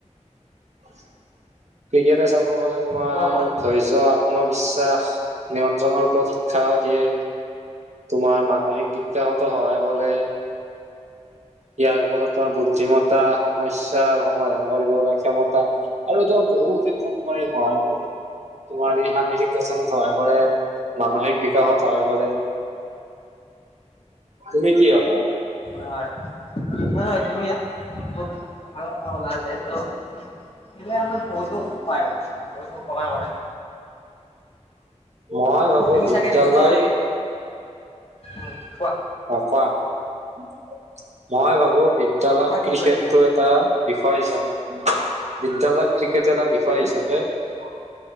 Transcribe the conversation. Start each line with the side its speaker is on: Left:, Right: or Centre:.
Right: ক্ৰিকেট চাব গ'লে তোমাৰ
Left: কোৱা কোৱা
Right: ধৈৰ্য আত্মবিশ্বাস এটা নিয়ন্ত্ৰণৰ ওপৰত শিক্ষাও দিয়ে তোমাৰ মানসিক িকাহঁতো সহায় কৰে ইয়াৰ ফলত তোমাৰ বুদ্ধিমতা সমস্্যাৰ সমাধান কৰিব ক্ষমতা আৰু তোমাৰ বহু ক্ষেত্ৰতমাৰ সহায় কৰে তোমাৰ এই শাৰীৰিক পচনত সহায় কৰে মানসিক বিকাশত সহায় কৰে তুমি কি হবা
Left: হয়, হয়। হয়-হয়, তুমি ইয়াত কত ভাল কথা কলা যিহেতু খেলে আমাৰ বহুতো উপায়, বহুতো উপকাৰ কৰে।
Right: মই ভাবো
Left: তুমি
Right: বিদ্যালয়
Left: চাগে নিশ্চয় উম কোৱা
Right: অ, কোৱা। <unintelligible> মই ভাবো বিদ্যালয়ত
Left: কোৱা কি
Right: ক্ৰিকেট
Left: কৈ আছিলা
Right: টো এটা বি হয়, চব, বিদ্যালয়ত ক্ৰিকেট এটা বি ক হিচাপে <unintelligible>